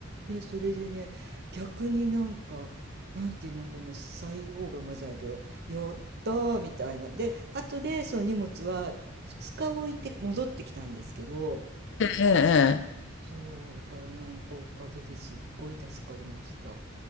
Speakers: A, on the right; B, on the left.
A: で、それでね、逆になんか、なんていうの、この採用がまじゃないけど、やったーみたいな。で、後でその荷物は2日置いて戻ってきたんですけど、
B: ええええ
A: そう、だからなんかおかげですっごい助かりました。